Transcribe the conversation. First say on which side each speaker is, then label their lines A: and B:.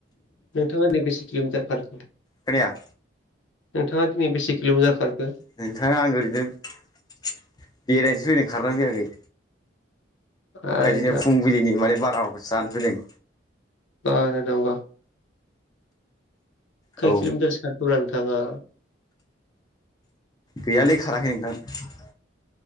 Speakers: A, on the left; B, on the left.
A: नोंथांङा नैबेसे किल'मिटार खारखो
B: खोनाया
A: नोंथाङा दिनै बेसे किल'मिटार खारखो
B: नोंथां आं ओरैनोसो बेरायनोसै फैदों खारनो फैयाखै
A: आ
B: ओदिनो
A: नोंथां
B: फुंबिलिनि माने बारहावाखौ जानो फैदों
A: <unintelligible> खै
B: औ
A: किल'मिटार सारखौ रा नोंथाङा
B: गैयालै खाराखै नोंथां